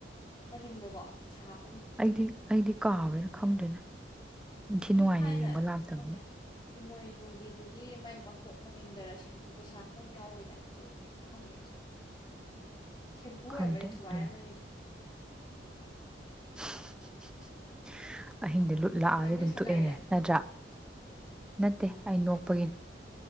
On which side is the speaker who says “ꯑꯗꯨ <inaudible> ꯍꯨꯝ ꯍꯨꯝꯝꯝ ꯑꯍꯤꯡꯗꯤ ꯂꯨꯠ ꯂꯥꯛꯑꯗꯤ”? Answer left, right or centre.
Centre